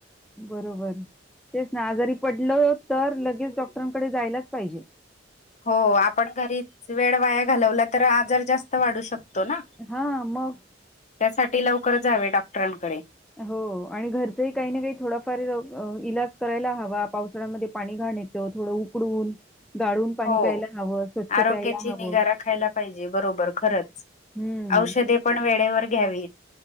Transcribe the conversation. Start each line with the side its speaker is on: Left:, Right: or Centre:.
Centre: बरोबर तेच नां आजारी पडलं तर लगेच डॉक्टरांकडे जायलाच पाहिजे.
Left: हों आपण घरीच वेळ वाया घालवला तर आजार जास्त वाढू शकतो नां
Centre: हां मग.
Left: त्यासाठी लवकरच जावे डॉक्टरांकडे.
Centre: हों आणि घरचंही काही नां काही थोडाफार अं व इलाज करायला हवा पावसाळ्यामध्ये घाण येत् तेव्हा थोडं उकडून गाळून पाणी
Left: हो
Centre: प्यायला हवं स्वच्छ
Left: आरोग्याची
Centre: प्यायला हवं.
Left: निगा राखायला पाहिजे बरोबर खरंच
Centre: हुं.
Left: औषधे पण वेळेवर घ्यावी